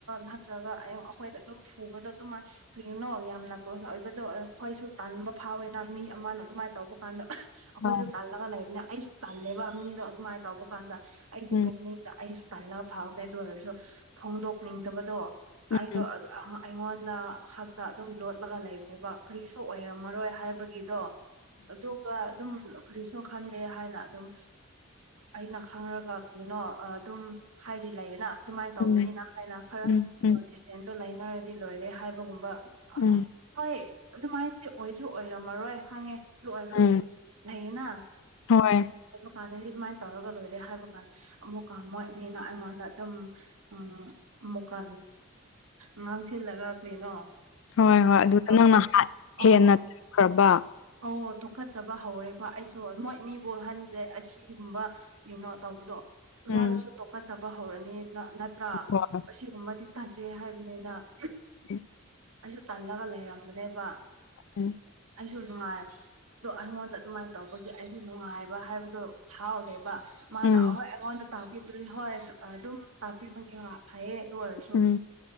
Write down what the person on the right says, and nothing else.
ꯅꯠꯇ꯭ꯔꯒ ꯑ ꯑꯩꯈꯣꯏꯗ ꯑꯗꯨꯝ ꯐꯨꯕꯗꯣ ꯑꯗꯨꯃꯥꯏꯅ ꯀꯅꯣ ꯌꯥꯝ ꯅꯥꯀꯣꯁ ꯑꯣꯏꯕꯗꯣ ꯑꯩꯈꯣꯏꯁꯨ ꯇꯟꯥꯟꯕ ꯐꯥꯎꯋꯦꯅ ꯃꯤ ꯃꯥꯅ ꯑꯗꯨꯃꯥꯏꯅ ꯇꯧꯕ ꯀꯥꯟꯗ ꯑꯩꯈꯣꯏꯁꯨ
ꯇꯜꯂꯒ ꯂꯩꯕꯅꯤ ꯑꯩꯁꯨ ꯇꯜꯂꯦꯕ ꯃꯤꯗꯣ ꯑꯗꯨꯃꯥꯏꯅ ꯇꯧꯕ ꯀꯥꯟꯗ ꯑꯩꯒꯤ
ꯄꯨꯛꯅꯤꯡꯗ ꯑꯩ ꯇꯜꯂꯒ ꯐꯥꯎꯒꯦ ꯑꯗꯨ ꯑꯣꯏꯔꯁꯨ ꯐꯣꯡꯗꯣꯛꯅꯤꯡꯗꯕꯗꯣ
ꯑꯩꯗꯣ ꯑꯩꯉꯣꯟꯗ ꯍꯛꯇ ꯑꯗꯨꯝ ꯂꯣꯠꯂꯒ ꯂꯩꯕꯅꯦꯕ ꯀꯔꯤꯁꯨ ꯑꯣꯏꯔꯝꯃꯔꯣꯏ ꯍꯥꯏꯕꯒꯤꯗꯣ ꯑꯗꯨꯒ ꯑꯗꯨꯝ ꯀꯔꯤꯁꯨ ꯈꯟꯗꯦ ꯍꯥꯏꯅ ꯑꯗꯨꯝ ꯑꯩꯅ ꯈꯪꯔꯒ ꯀꯩꯅꯣ ꯑꯗꯨꯝ ꯍꯥꯏꯗꯤ ꯂꯩꯌꯦꯅ ꯑꯗꯨꯃꯥꯏꯅ ꯇꯧꯕꯅꯤꯅ
ꯍꯥꯏꯅ ꯈꯔ
ꯗꯤꯁꯇꯦꯟꯁꯇꯣ ꯂꯩꯅꯔꯗꯤ ꯂꯣꯏꯔꯦ ꯍꯥꯏꯕꯒꯨꯝꯕ ꯑ
ꯍꯣꯏ ꯑꯗꯨꯃꯥꯏꯅꯗꯤ ꯑꯣꯏꯁꯨ ꯑꯣꯏꯔꯝꯃꯔꯣꯏ ꯈꯪꯉꯦ ꯑꯗꯨ ꯑꯣꯏꯔꯁꯨ
ꯍꯥꯏꯅ
ꯀꯥꯟꯗ ꯑꯗꯨꯃꯥꯏꯅ ꯇꯧꯔꯒ ꯂꯣꯏꯔꯦ ꯍꯥꯏꯕ ꯀꯥꯟꯗ ꯑꯃꯨꯛꯀ ꯃꯣꯏ ꯑꯅꯤꯅ ꯑꯩꯉꯣꯟꯗ ꯑꯗꯨꯝ ꯎ ꯑꯃꯨꯛꯀ ꯉꯥꯡꯁꯤꯜꯂꯒ ꯀꯔꯤꯩꯅꯣ
ꯑꯁꯤ
ꯑꯣ
ꯑꯣ ꯇꯣꯛꯈꯠꯆꯕ ꯍꯧꯔꯦꯕ ꯑꯩꯁꯨ ꯅꯣꯏꯅꯤꯕꯨꯍꯜꯂꯦ ꯑꯁꯤꯒꯨꯝꯕ ꯀꯩꯅꯣ ꯇꯧꯕꯗꯣ ꯑꯣꯖꯥꯗꯨꯁꯨ
ꯇꯣꯛꯀꯠꯆꯕ ꯍꯧꯔꯅꯤ ꯅꯠꯇ꯭ꯔꯥ
ꯑꯁꯤꯒꯨꯝꯕꯗꯤ ꯁ ꯍꯥꯏꯕꯅꯤꯅ
ꯑꯩꯁꯨ ꯇꯜꯂꯒ ꯂꯩꯔꯝꯕꯅꯦꯕ
ꯑꯩꯁꯨ ꯅꯨꯡꯉꯥꯏ ꯑꯗꯣ ꯑꯩꯉꯣꯟꯗ ꯑꯗꯨꯃꯥꯏꯅ ꯇꯧꯕꯒꯤ ꯑꯩꯁꯨ ꯅꯨꯡꯉꯥꯏꯕ ꯍꯥꯏꯕꯗꯣ ꯐꯥꯎꯗꯦꯕ ꯃꯥꯅ
ꯑꯍꯣꯏ ꯑꯩꯉꯣꯟꯗ ꯇꯥꯛꯄꯤꯕꯗꯨꯗꯤ ꯍꯣꯏ ꯑꯗꯨꯝ ꯇꯥꯛꯄꯤꯕꯒꯤ ꯐꯌꯦ ꯔꯁꯨꯁ